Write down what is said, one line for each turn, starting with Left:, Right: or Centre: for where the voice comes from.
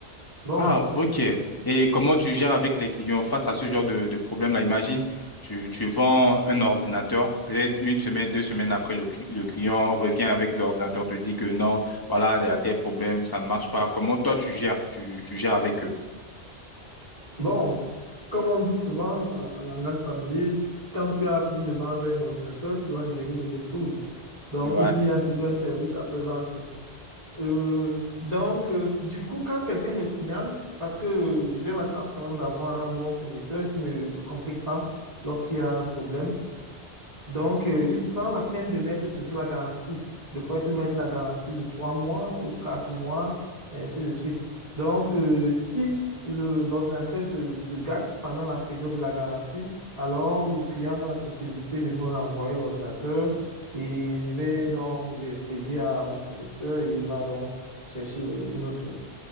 Right: Bon,
Left: Ah, ok. Et comment tu gères
Right: oui.
Left: avec les clients face à ce genre de, de problème-là? Imagine, tu, tu vends un ordinateur, peut-être une semaine, deux semaines après, le, cli- le client revient avec l'ordinateur, te dit que non, voilà, il y a tel problème, ça ne marche pas. Comment toi tu gères? Tu, tu gères avec eux?
Right: bon, comme on dit souvent en en langage familier, quand tu as fini de vendre un ordinateur, tu dois gérer le retour. Donc,
Left: Ouais.
Right: pour dire, il y a toujours un service après-vente. Euh, donc, euh, du coup, quand quelqu'un me signale, parce que euh, j'ai la chance quand même d'avoir un bon fournisseur qui ne complique pas lorsqu'il y a un problème, donc, euh, il prend la peine de mettre toujours la garantie. Des fois, il peut mettre la garantie de trois mois ou quatre mois, et ainsi de suite. Donc, euh, si le- l'ordinateur se, se gâte pendant la période de la garantie, alors le client a la possibilité de me renvoyer l'ordinateur et je vais donc l'expédier à mon fournisseur et il va donc chercher une autre.